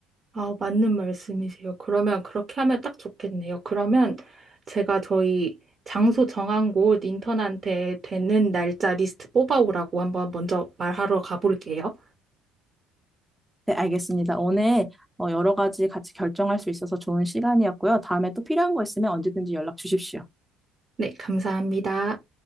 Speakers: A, on the right (about 40°); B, in the centre.
A: 아, 맞는 말씀이세요. 그러면 그렇게 하면 딱 좋겠네요. 그러면 제가 저희 장소 정한 곳 인턴한테 되는 날짜 리스트 뽑아오라고 한번 먼저 말하러 가볼게요.
B: 네, 알겠습니다. 오늘 어, 여러 가지 같이 결정할 수 있어서 좋은 시간이었고요. 다음에 또 필요한 거 있으면 언제든지 연락 주십시오.
A: 네, 감사합니다.